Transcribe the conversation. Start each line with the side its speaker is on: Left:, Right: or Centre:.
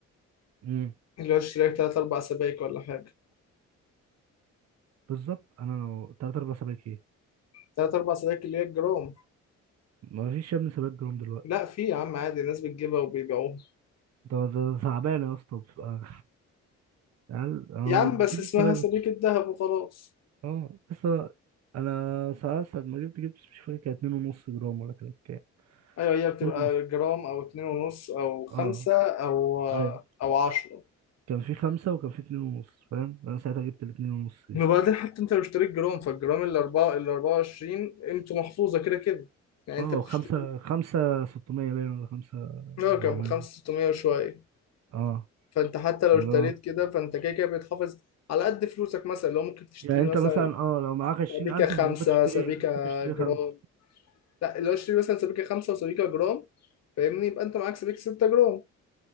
Right: امم
Left: اللي هو تشتري لك 3 4 سبائك ولا حاجه
Right: بالظبط انا لو تلات ارباع سباك ايه
Left: 3 4 سبائك اللي هي الجرام
Right: ما فيش يا ابني سباك جرام دلوقتي
Left: لا في يا عم عادي الناس بتجيبها وبيبيعوها
Right: ده ده تعبان يا اسطى بتبقى يعني انا
Left: يا عم
Right: بجيب
Left: بس اسمها
Right: السباك
Left: سبيكه ذهب وخلاص
Right: اه بس انا ساعات ساعة ما جبت جبت مش فاكر كان اتنين ونص جرام ولا كانت كام
Left: ايوه هي بتبقى
Right: اتنين ونص
Left: جرام او اتنين ونص او خمسة
Right: اه
Left: او
Right: ايوه
Left: او عشرة
Right: كان في خمسة وكان في اتنين ونص فاهم انا ساعتها جبت الاتنين ونص دي
Left: وبعدين حتى انت لو اشتريت جرام فالجرام ال 4 ال 24 قيمته محفوظه كده كده يعني انت
Right: اه
Left: بتشتري
Right: خمسة خمسة ستمية باين ولا خمسة
Left: اه
Right: ربعمية
Left: كان ب 5600 وشويه
Right: اه
Left: فانت حتى لو
Right: اللي
Left: اشتريت
Right: هو
Left: كده فانت كده كده بيتحافظ على قد فلوسك مثلا لو ممكن تشتري
Right: يعني انت
Left: مثلا
Right: مثلا اه لو معاك عشرين
Left: سبيكه
Right: ألف
Left: خمسه
Right: انت ممكن تشتري
Left: سبيكه
Right: ممكن تشتري
Left: جرام
Right: خمسة
Left: لا لو اشتري مثلا سبيكه خمسه وسبيكه جرام فاهمني يبقى انت معاك سبيكه 6 جرام